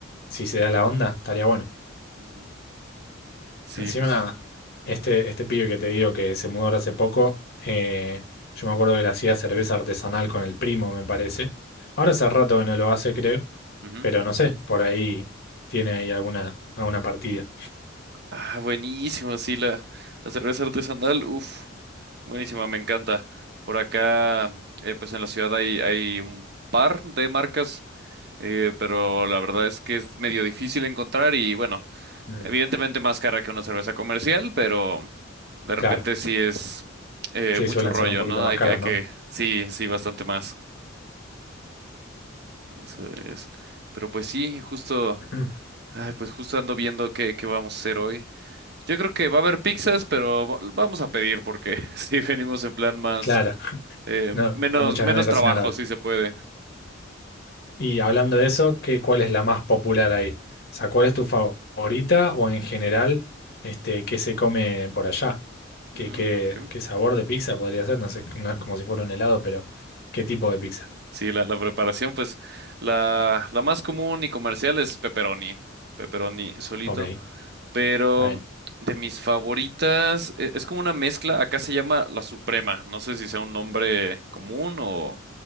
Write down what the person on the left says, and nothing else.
si se da la onda, estaría bueno.
Encima,
este,
este pibe que te digo que se mudó ahora hace poco, eh, yo me acuerdo que le hacía cerveza artesanal con el primo, me parece. Ahora
hace rato que no lo hace, creo,
pero no sé, por ahí tiene ahí alguna, alguna partida.
Mm,
claro,
sí,
suelen
ser un poquito
más
caras,
¿no?
<clears throat>
Claro,
no
da muchas
ganas de cocinar
ahora.
Y hablando de eso, ¿qué, cuál es la más popular ahí? O sea, ¿cuál es tu favorita o en general, este, qué se come por allá? ¿Qué,
qué,
qué sabor de pizza podría ser? No sé, no es como si fuera un helado, pero ¿qué tipo de pizza?
Ok, está
bien.